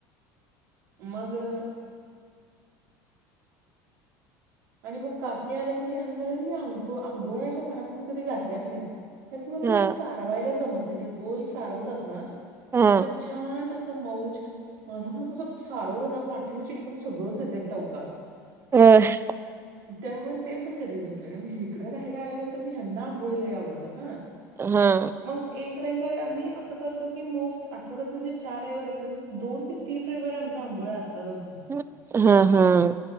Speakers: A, on the right; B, on the right.
A: मगं अं. आणि मगं काकी आल्या कीई नाही, आणि मला मी आंब -आंबोळ्याच्या पाण्यातून कधी घातल्या पणं नाहीत. कार कला मग तै
B: हा
A: सारवायला जमत नाही. ते गोल सारवतात नां
B: हा
A: दत्याचं छान! असं. मऊचं माझं नां कसं सारवलं नां वाटेला चिटकून सगळंचं येते टौका.
B: बस्ंअ्..
A: त्यामुळे तें पण कधी जमले मग इकडं राहियला. आल्यानंतर मी हयांदा आंबोळीलाही आवडतात नां.
B: हांअं
A: मग ऐकं रवीव्हारी आम्ही असं करतो की मस्तं आठवड्यातून जे चार रैयवार अस दोन ते. तीनं रविवारी आमचा आंबोळा असतोचं.
B: हांअ- हांअ